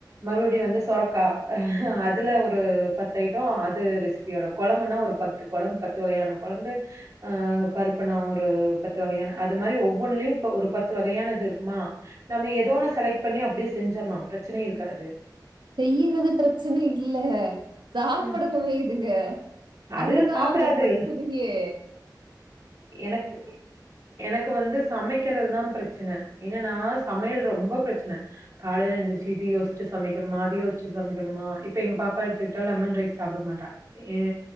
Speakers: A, on the right; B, on the right.
A: மறுவடி வந்து சொரக்கா அதுல ஒரு பத்து ஐட்டோ அது ரெசிப் பியோட கொழம்புனா ஒரு பத்து கொழம்பு பத்து வகையான கொழம்பு அ பருப்புண ஒரு பத்து வகையான அது மாரி ஒவ்வொன்னுலயு ஒரு பத்து வகையானது இருக்குமா நம்ம ஏதோன்ன செலக்ட் பண்ணி அப்டியே செஞ்சிடலா பிரச்சனையே இருக்காது
B: செய்யுறது பிரச்சனை இல்ல சாப்டனு
A: ம்.
B: இதுங்க
A: அது
B: அதுதா
A: சாப்பிடாது.
B: அங்க பிரச்சனயே
A: எனக்கு இப் எனக்கு வந்து சமைக்கிறதுதா பிரச்சன என்னன்னா சமையல் ரொம்ப பிரச்சன காலைல எந்திருச்சு இது யோஷ்ச்சு சமைக்கணுமா அது யோஷ்ச்சு சமைக்கணுமா இப்ப எங்க பாப்பா எடுத்து விட்டா லெமன் ரைஸ் சாப்பிட மாட்டா ஏ